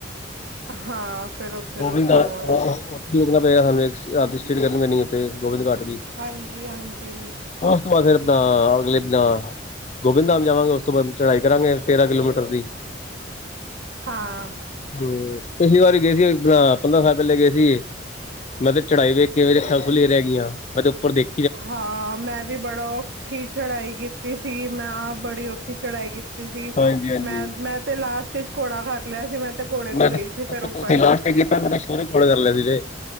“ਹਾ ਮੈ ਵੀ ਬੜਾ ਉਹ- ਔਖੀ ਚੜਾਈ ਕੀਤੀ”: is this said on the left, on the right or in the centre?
Right